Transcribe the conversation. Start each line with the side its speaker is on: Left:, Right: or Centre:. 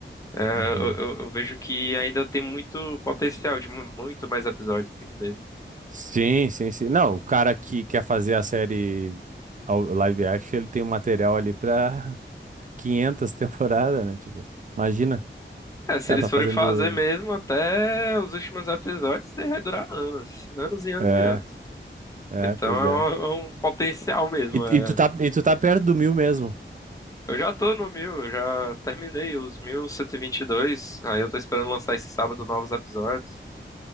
Left: é,
Right: Uhum.
Left: eu, eu eu vejo que ainda tem muito potencial de mu- muito mais episódios, muito mesmo.
Right: Sim, sim, sim. Não, o cara que quer fazer a série ao- live action, ele tem um material ali pra <laughs> 500 temporadas, né? Tipo, imagina,
Left: É, se
Right: o cara
Left: eles
Right: tá fazendo.
Left: forem fazer mesmo até os últimos episódios, isso vai durar anos, anos e anos
Right: É,
Left: e anos.
Right: é,
Left: Então
Right: pois
Left: é
Right: é.
Left: um, é um potencial mesmo.
Right: E,
Left: é.
Right: e tu tá, e tu tá perto do mil mesmo.
Left: Eu já tô no mil, eu já terminei os mil cento e e vinte e dois aí eu tô esperando lançar esse sábado novos episódios.